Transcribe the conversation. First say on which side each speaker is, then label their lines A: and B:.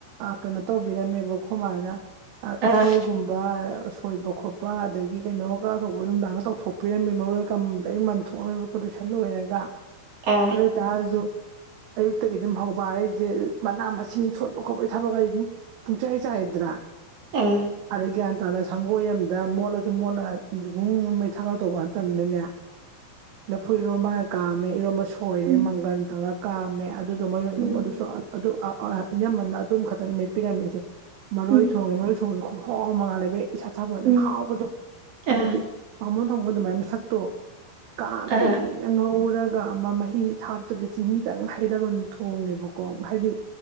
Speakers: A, on the right; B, on the right.
A: ꯀꯩꯅꯣ ꯇꯧꯕꯤꯔꯝꯃꯦꯕꯀꯣ ꯈꯨꯃꯥꯏꯅ ꯎꯁꯣꯏꯒꯨꯝꯕ
B: ꯑꯥ
A: ꯀꯣꯏꯕ ꯈꯣꯠꯄ ꯑꯗꯒꯤ ꯀꯩꯅꯣ ꯀꯥꯊꯧꯕ ꯅꯨꯡꯗꯥꯡꯒ ꯇꯧꯊꯣꯛꯄꯤꯔꯝꯃꯦ ꯃꯔꯣꯏꯗꯩꯅ ꯃꯟꯊꯣꯛꯑꯝꯃꯦꯕ ꯂꯣꯏꯔꯒ
B: ꯑꯥ
A: ꯑꯗꯨ ꯑꯣꯏꯇꯥꯔꯁꯨ ꯑꯌꯨꯛꯇꯒꯤ ꯑꯗꯨꯝ ꯍꯧꯕ ꯑꯩꯁꯦ ꯃꯅꯥ ꯃꯁꯤꯡ ꯁꯣꯠꯄ ꯈꯣꯠꯄꯒꯤ ꯊꯕꯛ ꯑꯩ ꯑꯗꯨꯝ ꯄꯨꯡ ꯆꯩꯥꯏ ꯆ ꯍꯥꯏꯗ꯭ꯔꯥ
B: ꯑꯥ
A: ꯑꯔꯒ ꯞꯇꯥꯅ ꯁꯪꯒꯣꯏ ꯑꯃꯝꯗ ꯃꯣꯠꯂꯁꯨ ꯃꯣꯠꯂ ꯅꯨꯡ ꯃꯩ ꯊꯥꯒ ꯇꯧꯕ ꯅꯠꯇꯕꯅꯤꯅꯦ ꯂꯐꯨ ꯏꯔꯣꯝꯝꯕꯅ ꯀꯥꯝꯃꯦ ꯏꯔꯣꯝꯕ ꯁꯣꯏꯔꯦ
B: ꯎꯝ
A: ꯃꯪꯒꯟ ꯇꯧꯔꯒ ꯀꯥꯝꯃꯦ ꯑꯗꯨꯗꯣ ꯃꯔ
B: ꯎꯝ
A: ꯑꯗꯨꯝꯁꯨ ꯑꯗꯨ ꯏꯅꯝꯃꯅ ꯑꯗꯨꯝ ꯈꯛꯇꯅ ꯃꯦꯠꯄꯤꯔꯝꯃꯤꯁꯦ ꯃꯔꯣꯏ
B: ꯎꯝ
A: ꯊꯣꯡꯉꯦ ꯃꯔꯣꯏ ꯊꯣꯡꯕꯁꯨ ꯍꯥꯎ ꯃꯉꯥꯜꯂꯦꯕꯩ ꯏꯁꯥ ꯊꯥꯕ ꯑꯗꯨꯝ
B: ꯎꯝ
A: ꯍꯥꯎꯕꯗꯣ ꯍꯥꯏꯕꯗꯤ
B: ꯑꯥ
A: ꯃꯃꯣꯟ ꯊꯝꯃꯣꯟꯒ ꯑꯗꯨꯃꯥꯏ ꯃꯁꯛꯇꯣ ꯀ ꯀꯨꯏꯅ
B: ꯑꯥ
A: ꯉꯧꯔꯒ ꯒ ꯑꯃ ꯃꯍꯤ ꯊꯥꯞꯇꯕꯗ ꯆꯤꯡꯍꯤꯗꯪ ꯍꯩꯔꯒ ꯊꯣꯡꯉꯦꯕꯀꯣ ꯍꯥꯏꯗꯤ